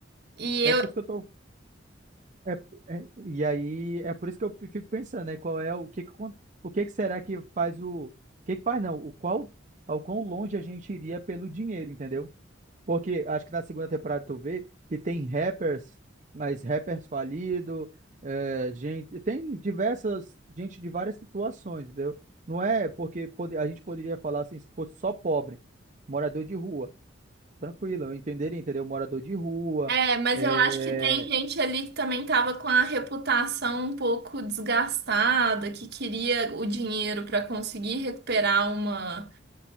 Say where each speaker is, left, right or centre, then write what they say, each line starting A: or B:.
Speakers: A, on the right (about 55°); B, on the right (about 40°).
A: e-
B: É
A: e eu
B: por isso que eu tô É, é- e aí é por isso que eu fico pensando, né? Qual é o que, que acon- o que que será que faz o, o que que faz não? O qual ao quão longe a gente iria pelo dinheiro, entendeu? Porque acho que na segunda temporada tu vê que tem rappers, mas rappers falido, é, gente, tem diversas gente de várias situações, entendeu? Não é porque pode- a gente poderia falar assim, se fosse só pobre, morador de rua, tranquilo, eu entenderia, entendeu? Morador de rua
A: É, mas
B: é,
A: eu acho que tem gente ali que também tava com a reputação um pouco desgastada, que queria o dinheiro para conseguir recuperar uma.